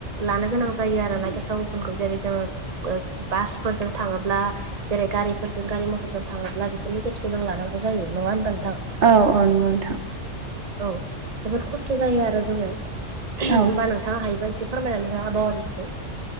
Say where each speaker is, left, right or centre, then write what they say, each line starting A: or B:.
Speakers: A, on the right; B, on the right.
A: लानो गोनां जायो आरोना गेसाव गोफोनखौ जेरै जोङो बो बासफोरजों थाङोब्ला जेरै गारिफोरजों गारि मथरजों थाङोब्ला बेफोरनि गेसखौ जों लानांगौ जायो नङा होनबा नोंथां?
B: औ औ नोंगौ नोंथां।
A: औ, जोबोद खस्थ' जायो आरो जोङो <unintelligible>
B: औ
A: होमबा नों थां हायोबा एसे फोरमायनानै हो आबहावानि बागै।